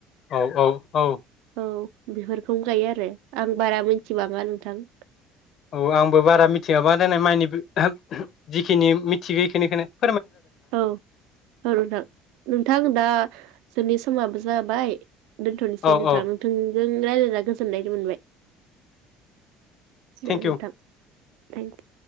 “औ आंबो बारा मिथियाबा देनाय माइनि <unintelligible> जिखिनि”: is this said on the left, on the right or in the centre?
Left